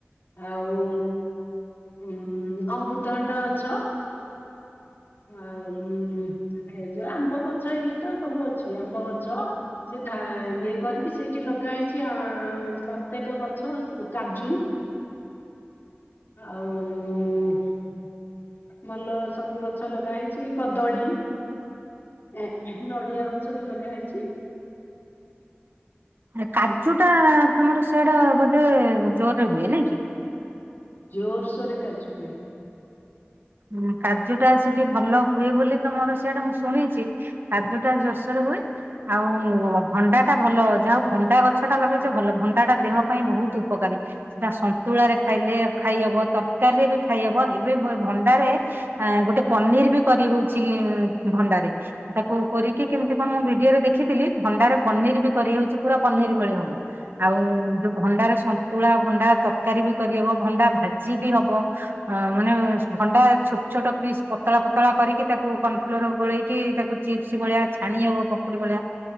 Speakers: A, on the left; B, on the right.
A: ଆଉ ଉ ଅମୃତହାଣ୍ଡା ଅଛ। ଆଉଁ ଏଇ ଯୋଉ ଆମ୍ବ ଗଛ ଇଏତ ସବୁ ଅଛି ଆମ୍ବ ଗଛ। ସେ ଢା ଇଏ କରିକି ସେଇଠି ଲଗା ହେଇଛି ପ୍ରତ୍ୟେକ ଗଛ କାଜୁ। ଆଉ ହୁଁ। ଭଲ ସବୁ ଗଛ ଲଗା ହେଇଛି କଦଳୀ। ଏ ନଡ଼ିଆ ଗଛ ବି ଲଗା ହେଇଛି।
B: ଆ କାଜୁଟା ତମର ସେଆଡେ ବୋଧେ ଜୋରରେ ହୁଏ ନାଇଁ କି।
A: ଜୋର ଶୋରେ କାଜୁ ହୁଏ।
B: ହୁଁ କାର୍ଯ୍ୟଟା ସେଠି ଭଲ ହୁଏ ବୋଲି ତମର ସିଆଡେ ମୁଁ ଶୁଣିଛି। ଖାଦ୍ୟ ଟା ଜୋର ସୋରେ ହୁଏ। ଆଉ ଭଣ୍ଡା ଟା ଭଲ ଯାହା ଭଣ୍ଡା ଗଛ ଟା ଲଗେଇଛ ଭଲ। ଭଣ୍ଡାଟା ଦେହ ପାଇଁ ବହୁତ ଉପକାରୀ। ସେଟା ସନ୍ତୁଳାରେ ଖାଇଲେ ଖାଇହବ। ତରକାରୀରେ ବି ଖାଇହବ। ଏବେ ଭଣ୍ଡାରେ ଆଁ ଗୋଟେ ପନିର୍ ବି କରି ହଉଚି ଭଣ୍ଡାରେ। ତାକୁ କୋରିକି କେମ୍ତି କଣ ମୁଁ ଭିଡିଓରେ ଦେଖିଥିଲି ଭଣ୍ଡାରେ ପନିର୍ ବି କରିହଉଚି ପୁରା ପନିର୍ ଭଳି ହବ। ଆଉ ଯୋଉ ଭଣ୍ଡାରେ ସନ୍ତୁଳା ଭଣ୍ଡା ତରକାରୀ ବି କରିହବ ଭଣ୍ଡା ଭାଜି ବି ହବ। ହଁ ମାନେ <unintelligible> ଭଣ୍ଡା ଛୋଟ-ଛୋଟ ପିସ୍ ପତଳା-ପତଳା କରିକି ତାକୁ କର୍ଣ୍ଣଫ୍ଲୋର୍ ଗୋଳେଇକି ତାକୁ ଚିପ୍ସ ଭଳିଆ ଛାଣି ହବ ପକୁଡ଼ି ଭଳିଆ,